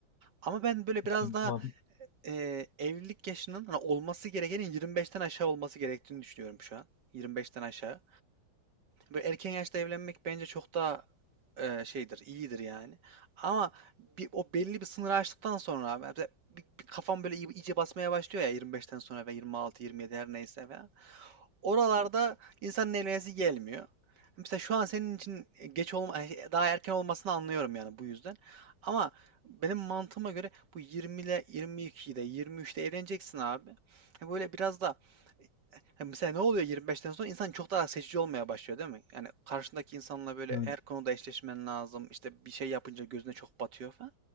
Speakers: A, on the right; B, on the left.
A: Ama ben böyle
B: <laughs>
A: biraz
B: Tamam.
A: daha e, evlilik yaşının hani olması gerekenin 25'ten aşağı olması gerektiğini düşünüyorum şu an. 25'ten aşağı. Böyle erken yaşta evlenmek bence çok daha e, şeydir, iyidir yani. Ama bir, o belli bir sınırı aştıktan sonra abi, mesela bir- bir kafam böyle iy- iyice basmaya başlıyor ya 25'ten sonra ve 26, 27 her neyse falan. Oralarda insanın evlenesi gelmiyor. Mesela şu an senin için geç olma, daha erken olmasını anlıyorum yani bu yüzden. Ama benim mantığıma göre bu 20'le, 22'de, 23'te evleneceksin abi. E, Böyle biraz da Ha, mesela ne oluyor 25'ten sonra? İnsan çok daha seçici olmaya başlıyor değil mi? Yani karşındaki insanla böyle
B: Hı.
A: her konuda eşleşmen lazım. İşte bir şey yapınca gözüne çok batıyor falan.